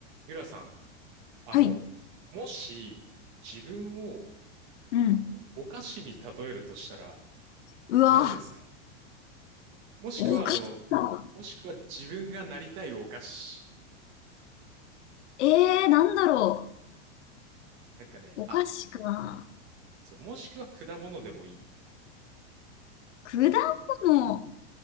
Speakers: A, on the right; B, on the left.
A: ゆらさん、あの、
B: はい。
A: もし自分を、
B: うん。
A: あの、お菓子に例えるとしたら
B: うわ、
A: 何ですかもしくは、
B: お菓子か。
A: あの、もしくは自分がなりたいお菓子。
B: ええー、なんだろ
A: なんかね、
B: う。お菓子か。
A: あ、そう、もしくは果物でもいい。
B: 果物。